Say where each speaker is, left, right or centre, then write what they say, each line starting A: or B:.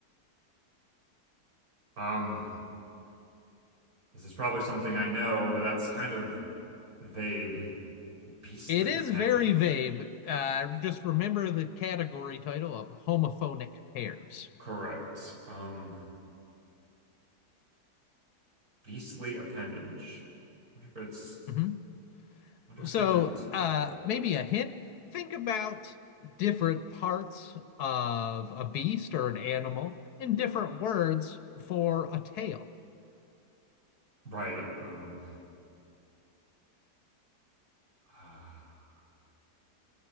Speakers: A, on the right; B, on the left.
A: Um This is probably something I know, but that's kind of vague. Beastly
B: It is
A: appendage.
B: very vague. Uh, just remember the category title of homophonic pairs.
A: Correct. Um, beastly appendage. Wonder if it's
B: Mhm.
A: wonder if
B: So
A: it's something to do
B: uh,
A: with tail.
B: maybe a hint. Think about different parts of a beast or an animal in different words for a tail.
A: Right. Um <sighs>